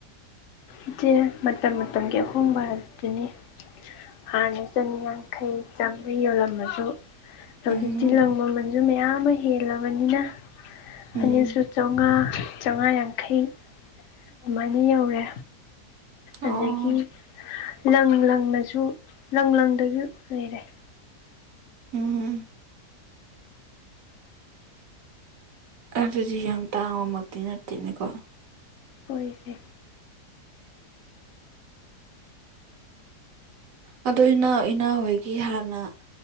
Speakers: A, on the left; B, on the right.
A: ꯏꯆꯦ ꯃꯇꯝ ꯃꯇꯝꯒꯤ ꯑꯍꯣꯡꯕ ꯑꯗꯨꯅꯤ ꯍꯥꯟꯅ ꯆꯅꯤꯌꯥꯡꯈꯩ ꯆꯥꯝꯃꯔꯤꯩ ꯌꯣꯜꯂꯝꯃꯁꯨ ꯍꯧꯖꯤꯛꯇꯤ
B: ꯎꯝ
A: ꯂꯪ ꯃꯃꯜꯁꯨ ꯃꯌꯥꯝ ꯑꯃ ꯍꯦꯜꯂꯕꯅꯤꯅ
B: ꯎꯝ
A: ꯐꯅꯤꯁꯨ ꯆꯥꯃꯉꯥ ꯆꯥꯃꯉꯥ ꯌꯥꯡꯈꯩ ꯑꯗꯨꯃꯥꯏꯅ ꯌꯧꯔꯦ
B: ꯑꯣ
A: ꯑꯗꯒꯤ ꯂꯪ ꯂꯪꯅꯁꯨ ꯂꯪ ꯂꯪꯗꯁꯨ ꯂꯩꯔꯦ
B: ꯎꯝ ꯑꯗꯨꯖꯤ ꯌꯥꯝ ꯇꯥꯉꯃꯗꯤꯤ ꯅꯠꯇꯅꯦꯀꯣ
A: ꯑꯣꯏꯁ
B: ꯑꯣ ꯏꯅꯥꯎ ꯏꯅꯥꯎ ꯍꯣꯏꯒꯤ ꯍꯥꯟꯅ